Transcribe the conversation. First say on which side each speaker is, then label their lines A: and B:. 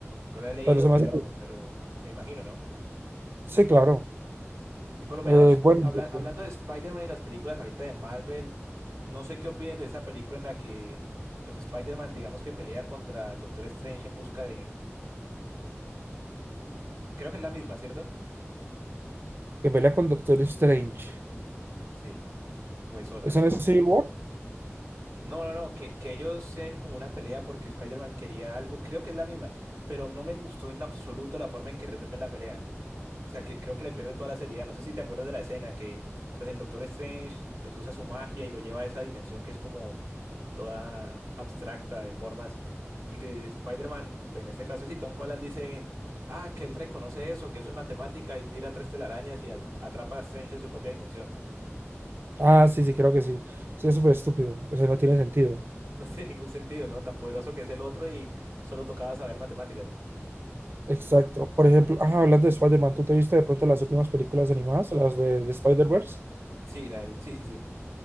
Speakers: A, on the right; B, on the right.
A: No lo he leído,
B: Pero se
A: pero,
B: me hace. que-
A: pero me imagino, ¿no?
B: Sí, claro.
A: Y por lo menos,
B: Eh, bueno,
A: habla-
B: pues,
A: hablando
B: eh,
A: de Spider-Man y las películas ahorita de Marvel, no sé qué opines de esa película en la que, pues, Spider-Man, digamos que pelea contra el Doctor Strange en busca de... Creo que es la misma, ¿cierto?
B: que pelea con Doctor Strange.
A: Sí. ¿O es otra?
B: ¿Eso no es Civil War?
A: No, no, no, que, que ellos tienen como una pelea porque Spider-Man quería algo, creo que es la misma, pero no me gustó en absoluto la forma en que resuelven la pelea. O sea, que creo que le pierde toda la seriedad. No sé si te acuerdas de la escena que pues el Doctor Strange pues usa su magia y lo lleva a esa dimensión que es como toda abstracta de formas y que Spider-Man, o pues en este caso sí, Tom Holland dice, ah, que él reconoce eso, que eso es matemática y tira tres telarañas y al- atrapa a Strange en su propia dimensión. <laughs>
B: Ah, sí, sí, creo que sí. Sí, es súper estúpido. O sea, no tiene sentido.
A: No tiene ningún sentido, ¿no? Tan poderoso que es el otro y solo tocaba saber matemáticas.
B: Exacto. Por ejemplo, ah, hablando de Spider-Man, ¿tú te viste de pronto las últimas películas animadas, las de, de Spider-Verse?
A: Sí, la del- sí, sí, sí.